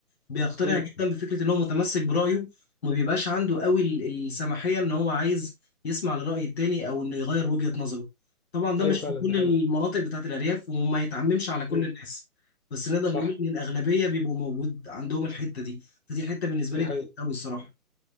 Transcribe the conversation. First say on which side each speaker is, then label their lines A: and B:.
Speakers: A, on the left; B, on the left.
A: بيقتنع
B: امم
A: جدا بفكره ان هو متمسك برايه وما بيبقاش عنده قوي ال- السماحيه ان هو عايز يسمع لراي التاني او انه يغير وجهه نظره طبعا ده
B: ايوه
A: مش
B: فعلا
A: في كل
B: دي حقيقه
A: المناطق بتاعت الارياف وما يتعممش على كل
B: امم
A: الناس بس نقدر
B: صح
A: نقول ان الاغلبيه بيبقوا موجود عندهم الحته دي فدي حته بالنسبه
B: دي
A: لي ضايقت
B: حقيقه
A: قوي الصراحه